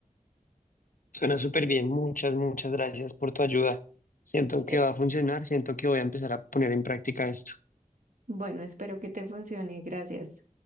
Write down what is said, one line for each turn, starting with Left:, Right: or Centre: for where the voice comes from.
Left: Suena súper bien, muchas, muchas gracias por tu ayuda. Siento que
Right: Eh,
Left: va a funcionar, siento que voy a empezar a poner en práctica esto.
Right: bueno, espero que te funcione. Gracias.